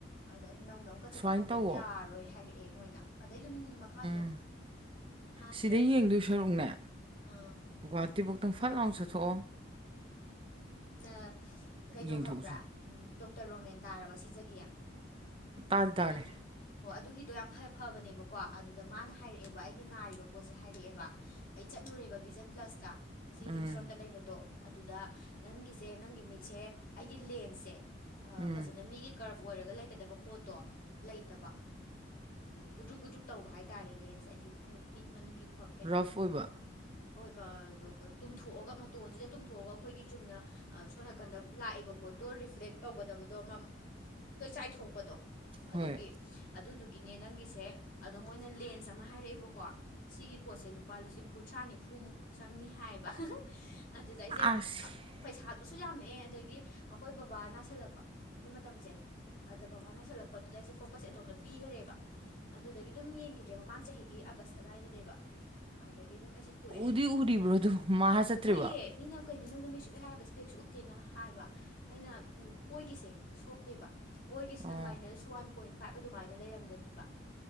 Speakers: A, on the left; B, on the right.
A: ꯑꯗꯩꯅ ꯅꯧꯅ ꯑꯃꯨꯛꯀ ꯆꯦꯛꯀꯑꯞ
B: ꯁꯨꯃꯥꯏꯅ
A: ꯇꯧꯗꯗꯤ
B: ꯇꯧꯋꯣ
A: ꯌꯥꯔꯣꯏ ꯍꯥꯏꯔꯛꯑꯦ ꯃꯣꯏꯅ ꯑꯗꯩ ꯑꯗꯨꯝ ꯃꯈꯥꯁꯦ
B: ꯎꯝ
A: ꯍꯥꯞꯇ꯭ꯔꯦ
B: ꯁꯤꯗꯩ ꯌꯦꯡꯗꯣꯏ ꯁꯔꯨꯛꯅꯦ
A: ꯑꯥ
B: ꯨꯍꯥꯇꯤꯕꯨꯣꯛꯇꯪ ꯐꯜ ꯂꯥꯎꯗ ꯊꯣ
A: ꯅ ꯀꯩꯅꯣ
B: ꯌꯦꯡꯊꯣꯛꯎꯁꯦ
A: ꯈꯪꯕ꯭ꯔꯥ ꯗꯣꯛꯇꯔ ꯔꯣꯃꯦꯟ ꯇꯥꯔꯕ ꯁꯤꯖꯒꯦ
B: ꯇꯥꯗꯤ ꯇꯥꯔꯦ
A: ꯃꯤꯠꯀꯤ ꯑꯣ ꯑꯗꯨꯒꯤꯗꯣ ꯌꯥꯝ ꯐ ꯐꯕꯅꯦꯕꯀꯣ ꯑꯗꯨꯗ ꯃꯥꯅ ꯍꯥꯏꯔꯛꯑꯦꯕ ꯑꯩꯒꯤ ꯅꯥꯔꯤꯕ ꯄꯣꯠꯁꯦ ꯍꯥꯏꯔꯛꯑꯦꯕ ꯑꯩ ꯆꯠꯂꯨꯔꯦꯕ ꯚꯕꯤꯖꯟ ꯄ꯭ꯂꯁꯇ ꯁꯤ
B: ꯎꯝ
A: ꯔꯤꯝꯁ ꯔꯣꯗꯠꯇ ꯂꯩꯕꯗꯣ ꯑꯗꯨꯗ ꯅꯪꯒꯤꯁꯦ ꯅꯪꯒꯤ ꯃꯤꯠꯁꯦ ꯑꯩꯒꯤ ꯂꯦꯟꯁꯁꯦ
B: ꯎꯝ
A: ꯐꯖꯅ ꯃꯤꯒꯤ ꯀꯔꯞ ꯑꯣꯏꯔꯒ ꯂꯩꯒꯗꯕ ꯄꯣꯠꯇꯣ ꯂꯩꯇꯕ ꯒꯨꯗ꯭ꯔꯨꯛ ꯒꯗ꯭ꯔꯨꯛ ꯇꯧꯕ ꯍꯥꯏꯇꯥꯔꯦ ꯂꯦꯟꯁ ꯑꯩꯒꯤ ꯃꯤꯠ ꯃꯤꯠ ꯃꯅꯨꯡꯒꯤ ꯄꯞ ꯀꯩꯅꯣꯗꯣ
B: ꯔꯐ ꯑꯣꯏꯕ
A: ꯍꯣꯏ ꯇꯨꯝꯊꯣꯛꯑꯒ ꯃꯇꯣꯟꯁꯤꯗ ꯇꯨꯝꯊꯣꯛꯑꯒ ꯑꯩꯈꯣꯏꯒꯤ ꯆꯨꯝꯅ ꯁꯣꯝ ꯅꯥꯀꯟꯗ ꯂꯥꯛꯏꯕ ꯄꯣꯠꯇꯣ ꯔꯤꯐ꯭ꯂꯦꯛ ꯇꯧꯒꯗꯕꯗꯣ ꯑꯃ ꯂꯣꯏ ꯆꯥꯏꯊꯣꯛꯄꯗꯣ ꯑꯗꯨꯒꯤ
B: ꯍꯣꯏ
A: ꯑꯗꯨꯗꯨꯒꯤꯅꯦ ꯅꯪꯒꯤꯁꯦ ꯑꯗꯣ ꯃꯣꯏꯅ ꯂꯦꯟꯁ ꯑꯃ ꯍꯥꯏꯔꯛꯑꯦꯕꯀꯣ ꯁꯤꯒꯤ ꯄꯣꯠꯁꯦ ꯂꯨꯄꯥ ꯂꯤꯁꯤꯡ ꯀꯨꯟꯊ꯭ꯔꯥ ꯅꯤꯐꯨꯃꯨꯛ ꯆꯪꯅꯤ ꯍꯥꯏꯌꯦꯕ ꯑꯗꯨꯗ ꯑꯩꯁꯦ
B: ꯑꯁ
A: ꯄꯩꯁꯥꯗꯨꯁꯨ ꯌꯥꯝꯃꯛꯑꯦ ꯑꯗꯒꯤ ꯑꯩꯈꯣꯏ ꯕꯕꯥ ꯅꯥꯁꯜꯂꯛꯄ ꯑꯗꯨ ꯃꯇꯝꯁꯦ ꯑꯗ ꯕꯕꯥꯅ ꯁꯜꯂꯛꯄꯗꯨꯗ ꯑꯩꯁꯦ ꯐꯣꯀꯁ ꯑꯗꯣꯝꯗ ꯄꯤꯈꯔꯦꯕ ꯑꯗꯨꯗꯒꯤ ꯑꯗꯨꯝ ꯌꯦꯡꯈꯤꯗ꯭ꯔꯦ ꯃꯃꯥꯡ ꯆꯍꯤꯒꯤ ꯑꯥꯒꯁ ꯑꯗꯨꯋꯥꯏꯗꯅꯦꯕ ꯑꯗꯒꯤ ꯑꯗꯨꯝ ꯑꯩꯁꯦ ꯇꯣꯛꯑꯦ
B: ꯎꯗꯤ ꯎꯔꯤꯕ꯭ꯔꯣ
A: ꯑꯗ
B: ꯑꯗꯨ ꯃꯥꯍꯥ ꯆꯠꯇ꯭ꯔꯤꯕꯣ
A: ꯀꯨꯏꯌꯦ ꯃꯤꯅ ꯀꯩꯅꯣ ꯅꯪꯅ ꯃꯤꯁꯨ ꯑꯩꯍꯔꯒ ꯏꯁꯄꯦꯛꯁꯨ ꯎꯠꯇꯦꯅ ꯍꯥꯏꯕ ꯑꯩꯅ ꯎ ꯑꯣꯏꯒꯤꯁꯦ ꯁꯣꯛꯇꯦꯕ ꯑꯣꯏꯒꯤꯁꯤꯅ
B: ꯑꯣ
A: ꯃꯥꯏꯅꯁ ꯋꯥꯟ ꯄꯣꯏꯟ ꯐꯥꯏꯚ ꯑꯗꯨꯃꯥꯏꯅ ꯂꯩꯔꯝꯒꯅꯤꯕ